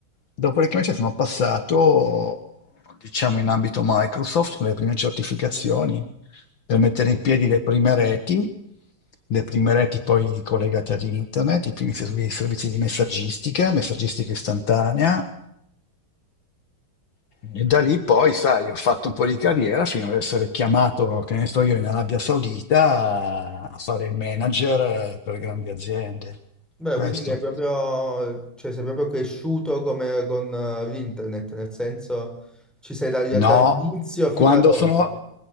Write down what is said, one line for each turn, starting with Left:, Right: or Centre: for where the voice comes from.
Left: dopodiché invece sono passato, diciamo, in ambito Microsoft per le prime certificazioni, per mettere in piedi le prime reti, le prime reti poi collegate ad internet, i primi servi- servizi di messaggistica, messaggistica istantanea, e da lì poi, sai, ho fatto un po' di carriera fino ad essere chiamato, che ne so io, in Arabia Saudita a fare il manager eh, per grandi aziende.
Centre: Beh,
Left: Questo.
Centre: quindi che è proprio, cioè, sei proprio cresciuto come con eh, l'internet, nel senso ci sei dagli-
Left: No,
Centre: dall'inizio fino
Left: quando
Centre: ad oggi.
Left: sono,